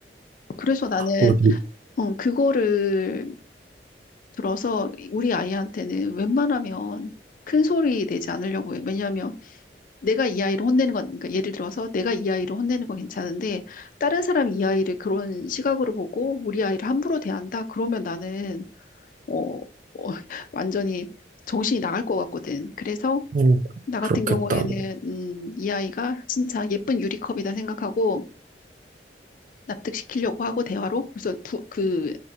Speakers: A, on the left; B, on the right.
A: 그래서 나는
B: 어, 네.
A: 어, 그거를 들어서 우리 아이한테는 웬만하면 큰 소리 내지 않으려고 해. 왜냐하면 내가 이 아이를 혼내는 건, 그러니까 예를 들어서 내가 이 아이를 혼내는 건 괜찮은데 다른 사람이 이 아이를 그런 시각으로 보고 우리 아이를 함부로 대한다? 그러면 나는 어, 어, <laughs> 완전히 정신이 나갈 것 같거든. 그래서
B: 어,
A: 나
B: 그렇겠다.
A: 같은 경우에는 음, 이 아이가 진짜 예쁜 유리컵이다 생각하고 납득시키려고 하고 대화로 그래서 부, 그,